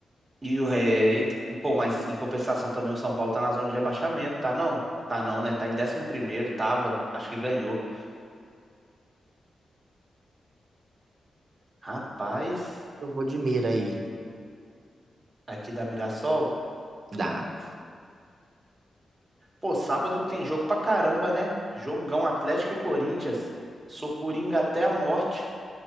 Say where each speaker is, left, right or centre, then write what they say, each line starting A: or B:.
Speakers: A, on the right; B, on the right.
A: E o é, ent- pô, mas em compensação também o São Paulo tá na zona de rebaixamento, tá não? Tá não, né? Tá em décimo primeiro, tava, acho que ganhou. Rapaz,
B: Eu vou de mira aí.
A: aqui da Mirassol.
B: Dá.
A: Pô, sábado tem jogo pra caramba, né? Jogão Atlético e Corinthians. Sou coringa até a morte